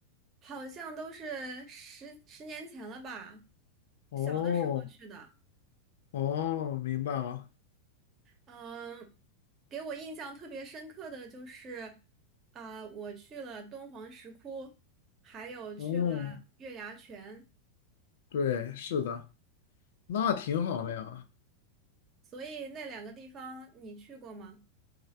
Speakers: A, on the right; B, on the left.
A: 好像都是十十年前了吧，
B: 哦
A: 小的时候去的。
B: 哦，明白了，
A: 嗯，给我印象特别深刻的就是，啊、我去了敦煌石窟，还有去了月牙泉，
B: 哦，对，是的，那挺好的呀。
A: 所以那两个地方你去过吗？